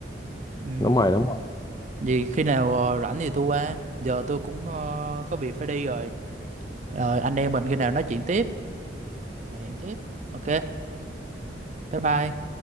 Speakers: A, on the right; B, on the left.
A: ừ.
B: đúng rồi đúng
A: vì khi nào ờ, rảnh thì tôi qua giờ tôi cũng ờ, có việc phải đi rồi rồi anh em mình khi nào nói chuyện tiếp rồi hẹn tiếp ok bye bye